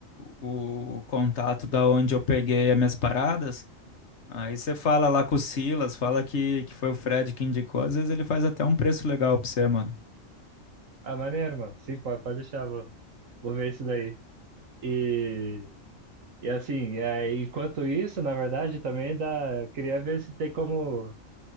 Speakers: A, on the left; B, on the right.
A: o, o contato da onde eu peguei as minhas paradas. Aí você fala lá com o Silas, fala que, que foi o Fred que indicou. Às vezes ele faz até um preço legal pra você, mano.
B: Ah, maneiro, mano. Sim, pode, pode deixar, vou, vou ver isso daí. E, e assim, é, enquanto isso, na verdade, também dá. eu Queria ver se tem como